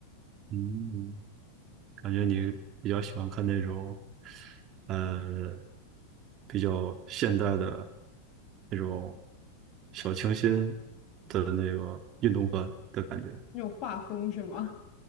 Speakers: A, on the right (about 35°); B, on the left (about 35°).
A: 嗯，感觉你比较喜欢看那种，呃，比较现代的那种小清新的那个运动版的感觉。
B: 那种画风是吗？